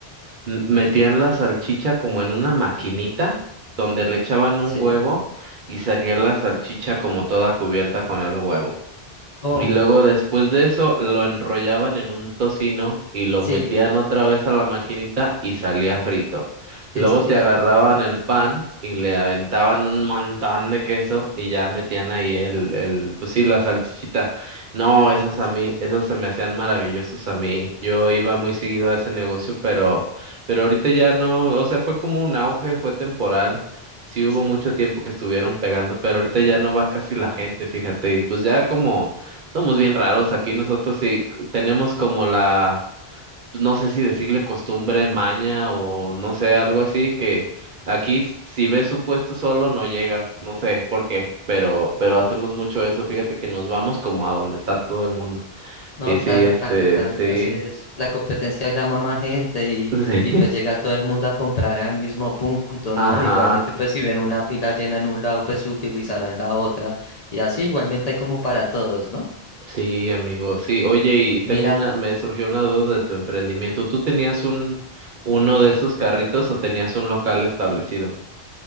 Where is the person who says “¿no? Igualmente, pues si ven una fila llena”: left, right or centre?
Left